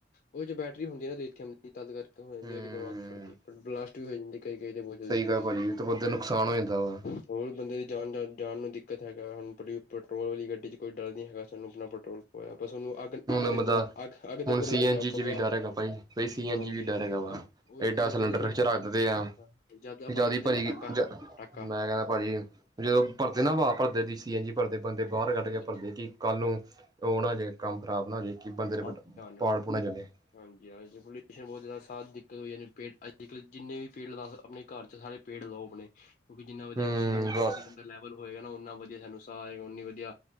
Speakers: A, on the left; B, on the right.
A: ਉਹਦੇ ਚ ਬੈਟਰੀ ਹੁੰਦੀ ਆ ਨਾ ਦੇਖ ਦੀ ਤਦ ਕਰ। ਹੋ ਜਾਂਦੀ
B: ਹੂੰ
A: ਹੈ ਦਿਮਾਗ ਫੜਦੀ, ਬਲਾਸਟ ਵੀ ਹੋ ਜਾਂਦੀ ਕਦੀ ਕਈ ਤਾਂ ਬਹੁਤ ਜਲਦੀ।
B: ਸਹੀ ਗੱਲ ਤੇ ਬੰਦੇ ਨੂੰ ਨੁਕਸਾਨ ਹੋ ਜਾਂਦਾ ਵਾ।
A: ਹੋਰ ਬੰਦੇ ਦੀ ਜਾਨ ਜਾ ਜਾਨ ਨੂੰ ਦਿੱਕਤ ਹੈਗਾ ਹਨ ਪ ਪੈਟਰੋਲ ਵਾਲੀ ਗੱਡੀ 'ਚ ਕੋਈ ਡਰ ਨਹੀਂ ਹੈਗਾ ਸਾਨੂੰ ਆਪਣਾ ਪੈਟਰੋਲ। ਹੋਇਆ, ਬਸ ਉਹਨੂੰ ਅੱਗ,
B: ਹੁਣ
A: ਅੱਗ ਦੇ
B: ਬੰਦਾ
A: ਕੋਲ, ਅੱਗ ਅੱਗ
B: ਹੁਣ
A: ਦੇ ਕੋਲ
B: ਸੀ
A: ਲੈ ਕੇ
B: ਐਨ
A: ਜਾਓਗੇ
B: ਜੀ ਚ ਵੀ ਡਰ ਹੈਗਾ ਭਾਈ ਬਾਈ ਸੀ ਐਨ
A: ਹਾਂਜੀ
B: ਜੀ ਵੀ ਡਰ ਹੈਗਾ ਵਾ
A: ਹਾਂ ਉਹੀ
B: ਏਡਾ
A: ਉਹੀ
B: ਸਿਲੰਡਰ
A: ਜ਼ਿਆਦਾ ਭਰੀ
B: ਚ ਰੱਖ ਦਦੇ ਆ
A: ਹਾਂ ਜ਼ਿਆਦਾ
B: ਜ਼ਿਆਦੀ
A: ਭਰ ਤੇ
B: ਭਰੀ
A: ਪਟਾਕਾ
B: ਗਈ
A: ਪਟਾਕਾ
B: ਮੈਂ ਕਹਿੰਦਾ ਭਾਜੀ ਜਦੋਂ ਭਰਦੇ ਨਾ ਵਾਹ ਭਰਦੇ ਦੀ ਜੀ ਭਰਦੇ ਬਦੇ ਬਾਹਰ
A: ਬਹੁਤ
B: ਕੱਢਕੇ ਭਰਦੇ <unintelligible>
A: ਆਪ ਧਿਆਨ ਰੱਖੋ ਹਾਂਜੀ ਅੱਜ ਪੋਲਿਊਸ਼ਨ ਬਹੁਤ ਜ਼ਿਆਦਾ ਸ ਦਿੱਕਤ ਹੋ ਜਾਂਦੀ ਪੇ ਅੱਜ ਕੱਲ ਜਿੰਨੇ ਵੀ ਪੇੜ ਲਦਾ ਆਪਣੇ ਘਰ ਚ ਸਾਰੇ ਪੇੜ ਲਓ ਆਪਣੇ ਕਿਉਂਕਿ ਜਿੰਨਾ ਵਧੀਆ
B: ਹੂੰ
A: ਆਕਸੀਜਨ ਆਕਸੀਜਨ
B: ਬਸ
A: ਦਾ ਲੈਵਲ ਹੋਏਗਾ ਨਾ ਉਨਾ ਵਧੀਆ ਸਾਨੂੰ ਸਾਹ ਆਏਗਾ ਉਨੀ ਵਧੀਆ